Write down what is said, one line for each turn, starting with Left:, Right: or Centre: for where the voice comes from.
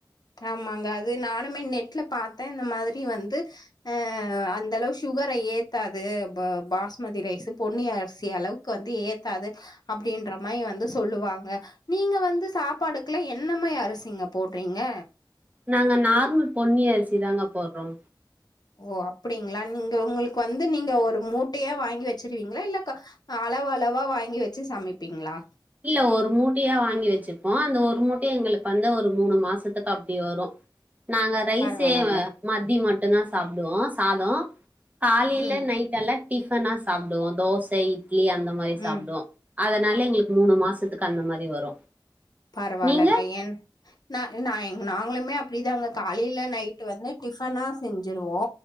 Left: ஆமாங்க அது நானுமே நெட்ல பாத்தேன் இந்த மாதிரி வந்து ஆஹ அந்த அளவு சுகரை ஏத்தாது பாஸ்மதி ரைஸ் பொன்னி அரிசி அளவுக்கு வந்து ஏத்தாது அப்படின்ற மாதிரி வந்து சொல்லுவாங்க நீங்க வந்து சாப்பாடுக்குல்லா என்னமாரி அரிசிங்க போட்டு பீங்க
Right: நாங்க நார்மல் பொன்னி அரிசி தாங்க போடுறோம்
Left: ஓ அப்படிங்களா நீங்க உங்களுக்கு வந்து நீங்க ஒரு ஒரு மூட்டையா வாங்கி வச்சிருவீங்களா இல்ல அளவு அளவா வாங்கி வச்சு சமைப்பீங்ளா
Right: இல்ல ஒரு மூட்டையா வா வாங்கி வச்சுப்போம் அந்த ஒரு மூட்டை எங்களுக்கு வந்து ஒரு மூணு மாசத்துக்கு அப்படி வரும் நாங்க ரைஸே
Left: பரவால்லங்க
Right: மாத்தி மட்டு மட்டு்தான் சாப்டுவோம் சாதம் காலைல
Left: ம்
Right: நைட்ல டிஃபன்னா சாப்டுவோம் தோசை இட்லி அந்த மாதிரி
Left: ம்
Right: சாப்டுவோம் அதனால எங்களுக்கு மு மாசத்துக்கு அந்த மாதிரி வரும்
Left: பரவாயிலங்க
Right: நீங்க
Left: ஏ நா நா நாங்களுமே அப்டிதாங்க காலையில நைட்டு் வந்து டிஃபனா செஞ்சிருவோ